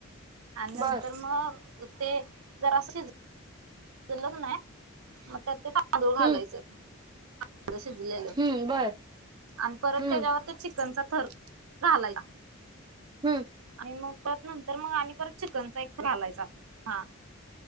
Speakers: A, on the right (about 75°); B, on the right (about 20°).
A: आणि नंतर
B: बर
A: मग ते, जरा शिजलं कनाय, मग तर ते ट तांदूळ घालायचं
B: हम्म
A: शिजलेलं,
B: हम्म बर
A: आणि परत
B: हम्म
A: त्याच्यावर चिकनचा थर घालाय चा.
B: हम्म
A: आणि मग त्यात नंतर मग आणि परत चिकनचा एक घालायचा, हा.